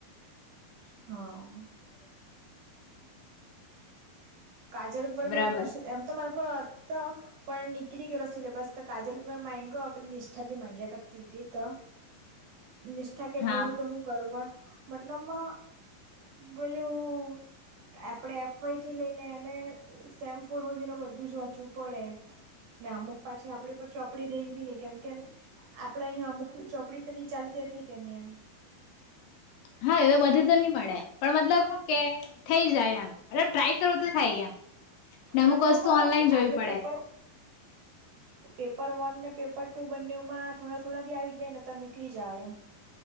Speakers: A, on the right; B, on the left.
A: હા. કાજલ પર
B: બરાબર
A: મેં પુરુષિત એમ તો મારે પણ અતો પણ નીકળી ગેલો સિલેબસ તો કાજલ પર માયગો આપ નિષ્ઠા બી માંગ્યા કરતી ઉતી તો નિષ્ઠા કે
B: હા
A: ભરું કે હું કરું પણ મતલબમાં બોલું એપ આપડે એફ વાઇ થી લઈને એમે સેમ ફોર સુધી ન બધું જ વાંચવું પડે એમ ના અમુક પાછી આપડી પર ચોપડી રહીવીી નહી કેમ કેમ આપડે અહંયા અમુક ચોપડી તો નની ચાલતી હતી કે નહી એમ
B: હા એવે બધું તો નહી મળે. પણ મતલબ શું કે થઈ જાય એમબ ટ્રાય કરું તો થાય એમ નમુક
A: મતલબમાં
B: વસ્તુ ઓનલાઈન જોવી
A: આપડે
B: પડે
A: પેપર પેપર વન ને પેપર ટુ બંનેમાં થોડા થોડા બી આવી ગયા. ને તો નીકળી જવા એમ <unintelligible>